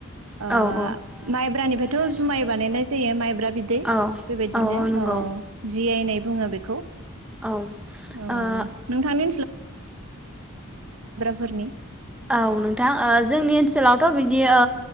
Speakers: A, on the right; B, in the centre.
A: ओ
B: औ माइब्रानिफ्रायथ'
A: माइब्रानिफ्राय थ जुमाय बानायनाय जायो माइब्रा बिदै
B: औ
A: बेबायदिनो
B: औ औ
A: अ
B: नंगौ
A: जिआयनाय बुङो बेखौ
B: औ
A: औ
B: ओ
A: नोंथांनि फोरनि
B: औ नोंथां ओ जोंनि ओनसोलावथ बिदि ओ